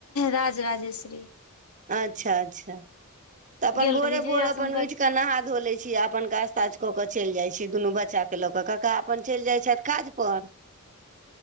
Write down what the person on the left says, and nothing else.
राजराजेश्वरी
गेल
रही जहिया से
हुनका
<inaudible>